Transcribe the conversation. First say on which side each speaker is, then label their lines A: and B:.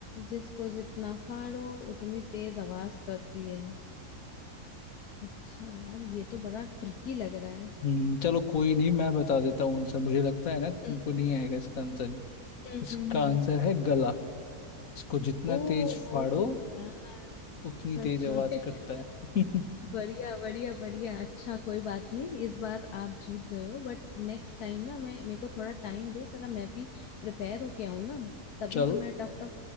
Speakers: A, on the left; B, on the left.
A: जिसको जितना फाड़ो उतनी तेज आवाज करती है अच्छा यार ये तो बड़ा ट्रिकी लग रहा है
B: हम्म चलो कोई नहीं मैं बता देता हूँ आंसर मुझे लगता है ना तुमको
A: हम्म
B: नहीं आएगा इसका आंसर
A: हम्म
B: इसका
A: हम्म, हम्म।
B: आंसर है गला इसको जितना
A: ओहो
B: तेज फाड़ो
A: यार
B: उतनी
A: सच
B: तेज आवाज
A: में
B: करता है <laughs>
A: बढ़िया बढ़िया बढ़िया अच्छा कोई बात नहीं इस बार आप जीत गए हो बट नेक्स्ट टाइम ना मैं मेरे को थोड़ा टाइम दो जरा मैं भी प्रिपेयर होके आऊँ ना तभी
B: चलो
A: तो मैं टफ टफ